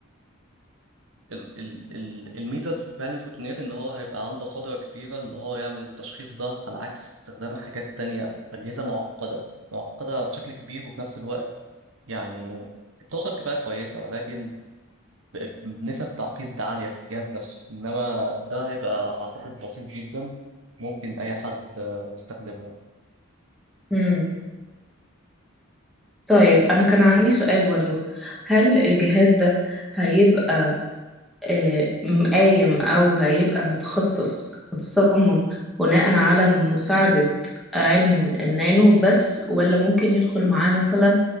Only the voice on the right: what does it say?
ال- ال- ال- الميزة في علم الفوتونيات إن هو هيبقى عنده قدرة كبيرة إن هو يعمل التشخيص ده على عكس استخدام حاجات تانية أجهزة معقدة معقدة بشكل كبير وفي نفس الوقت يعني بتوصل كفاءة كويسة ولكن ب- بنسب تعقيد عالية في الجهاز نفسه إنما ده هيبقى أعتقد بسيط جدا ممكن أي حد آه، يستخدمه